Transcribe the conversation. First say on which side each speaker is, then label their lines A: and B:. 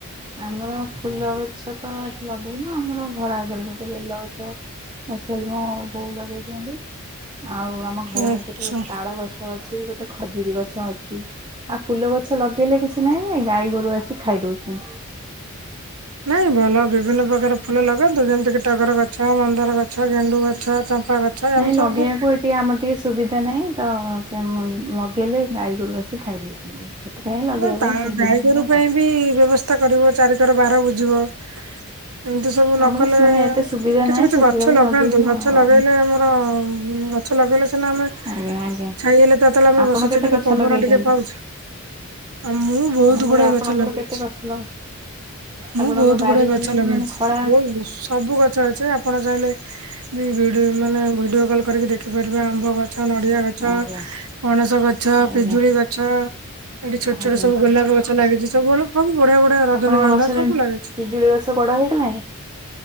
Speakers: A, on the right; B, on the right.
A: ଆମର ଫୁଲ ଗଛ ତ ଏଠି ଲଗେଇନୁ ଆମର ଘର ଆଗରେ ଗୋଟେ ବେଲ ଗଛ <unintelligible> ବଉ ଲଗେଇଛନ୍ତି। ଆଉ ଆମ ଘର
B: ଆଚ୍ଛା।
A: ଆଗ ଗୋଟେ ତାଳ ଗଛ ଅଛି ଗୋଟେ ଖଜୁରୀ ଗଛ ଅଛି ଆଉ ଫୁଲ ଗଛ ଲଗେଇଲେ କିଛି ନାହିଁ ନାଇ ଗାଈ ଗୋରୁ ଆସି ଖାଇ ଦଉଛନ୍ତି।
B: ନାଇଁ ଭଲ ବିଭିନ୍ନ ପ୍ରକାର ଫୁଲ ଲଗାନ୍ତୁ ଯେମିତି କିି ଟଗର ଗଛ ମନ୍ଦାର ଗଛ ଗେଣ୍ଡୁ ଗଛ ଚମ୍ପା ଗଛ।
A: ନାଇଁ
B: ଆମେ
A: ଲଗେଇବାକୁ
B: ସବୁ
A: ଏଠି ଟିକେ ଆମର ଟିକେ ସୁବିଧା ନାହିଁ ତ ସେ ଲଗେଇଲେ ଗାଈ ଗୋରୁ ଆସି ଖାଇଦଉଛନ୍ତି। ସେଥିପାଇଁ ଲଗେଇବା
B: ନା ତା
A: ପାଇଁ ସୁବିଧା
B: ଗାଈଗୋରୁ
A: ନାହିଁ
B: ପାଇଁ
A: ଆଉ।
B: ବି ବ୍ୟବସ୍ଥା କରିବ ଚାରିିକର ବାର ବୁଜିବ। ଏମିତି ସବୁ ନ
A: ଆମର
B: କଲେ
A: ମାନେ ଏତେ ସୁବିଧା
B: କିଛି
A: ନାହିଁ
B: କିଛି
A: ସେଥିଲାଗି
B: ଗଛ ଲଗାନ୍ତୁ
A: ଲଗେଇନୁ
B: ଗଛ
A: ଆଉ।
B: ଲଗେଇଲେ ଆମର ଗଛ ଲଗେଇଲେ ସିନା ଆମେ ଛାଇ
A: ଆଜ୍ଞା ଆଜ୍ଞା
B: ହେଲେ ତା ତେଳେ ଆମେ
A: ଆପଣ
B: ବସୁଛେ
A: କେତେ
B: କିନ୍ତୁ
A: ଗଛ
B: ପବନ
A: ଲଗେଇଛନ୍ତି?
B: ଟିକେ ପାଉଛେ। ଆଉ ମୁଁ ବହୁତ
A: ଆମ
B: ଗୁଡାଏ
A: କହିଲି ଆପଣଙ୍କର
B: ଗଛ ଲଗେଇଛି।
A: କେତେ ଗଛ ଲଗା
B: ମୁଁ
A: ଆପଣଙ୍କ
B: ବହୁତ
A: ବାରି
B: ଗୁଡା ଗଛ ଲଗେଇଛି
A: ମାନେ ଖଳା
B: ବହୁତ ସବୁ ଗଛ ଅଛି ଆ ପଣ ଚାହିଁଲେ ବି ଭିଡିଓ ମାନେ ଭିଡ଼ିଓ କଲ୍ କରିକି ଦେ ଖିପାରିବେ ଆମ୍ବ ଗଛ, ନଡ଼ିଆ ଗଛ,
A: ଆଜ୍ଞା
B: ପଣସ ଗଛ,
A: ଆଜ୍ଞା
B: ପିଜୁଳି ଗଛ ଏଠି ଛୋଟ
A: ଆଜ୍ଞା।
B: ଛୋଟ ସବୁ ଗୋଲାପ ଗଛ ଲାଗିଛି ସବୁ। ସବୁ ବଢିଆ ବଢିଆ ରଜନୀଗନ୍ଧା
A: ଆପଣଙ୍କ ଗଛରେ
B: ସବୁ ଲାଗିଛି।
A: ପିଜୁଳି ଗଛ ବଡ ହେଇଗଲାଣି?